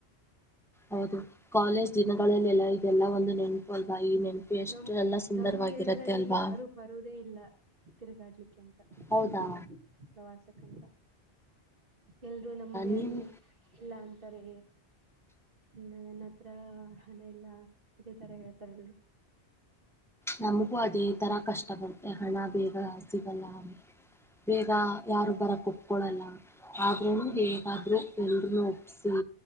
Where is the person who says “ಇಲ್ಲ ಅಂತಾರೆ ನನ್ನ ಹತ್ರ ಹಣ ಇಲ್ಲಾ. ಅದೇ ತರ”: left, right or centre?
Right